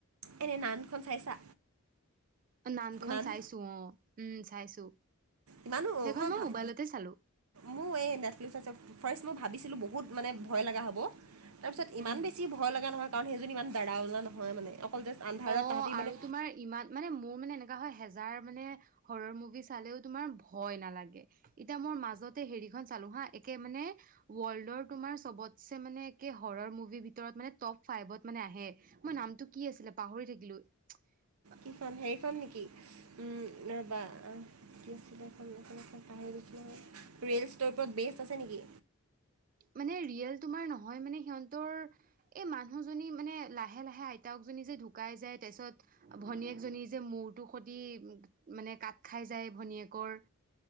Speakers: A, on the right; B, on the right.
A: এনে নানখন চাইছা?
B: নানখন
A: নান
B: চাইছো অহ উম চাইছো।
A: ইমানো অহ
B: সেইখন
A: মই ভাব
B: মোবাইলতে চালো
A: মোৰ এই নেটফ্লিকচ আছে ফাৰ্ষ্ট। মই ভাবিছিলো বহুত মানে ভয় লগা হ'ব তাৰ পিছত
B: উম।
A: ইমান বেছি ভয় লগা নহয়। কাৰণ সেইজন ইমান দাৰা ওলা নহয় মানে অকল জাষ্ট আন্ধাৰত
B: অ',
A: তাহাঁতি
B: আৰু
A: মানে
B: তোমাৰ ইমান মানে মোৰ মানে এ কা হয় হেজাৰ মানে হৰৰ মুভি চালেও তোমাৰ ভয় নালাগে এতিয়া মোৰ মাজতে হেৰি মুভি খন চালো হা একে মানে ৱল্ডৰ তোমাৰ চবতছে মানে একে হৰৰ মুভি ভিতৰত মানে টপ ফাইভত মানে আহে মই নামটো কি আছিলে পাহৰি থাকিলো প্ৰাগ
A: কোন খন হেৰি খন নেকি উম ৰবা কি <unintelligible> পাহৰি গৈছো নহয় ৰিলছটোৰ ওপৰত বেষ্ট আছে নেকি?
B: মানে ৰিয়েল তোমাৰ নহয় মানে সিহঁতৰ এই মানুহজনী মানে লাহে -লাহে আইতাক জনী যে ঢুকাই যায় তাৰ পিছত ভনীয়েকজনী যে মূৰটো সতি মানে কাত খাই যায়। ভনীয়েকৰ